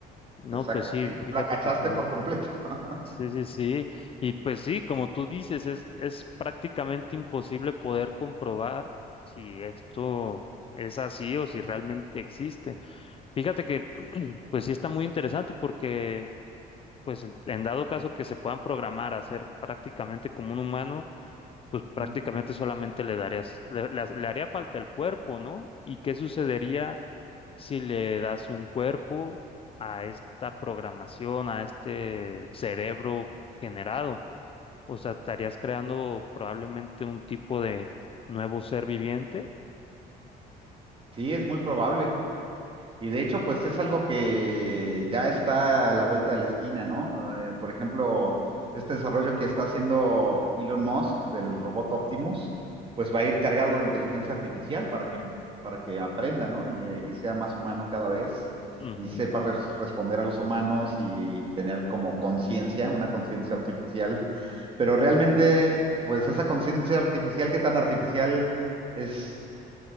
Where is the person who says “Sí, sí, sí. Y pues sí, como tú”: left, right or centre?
Left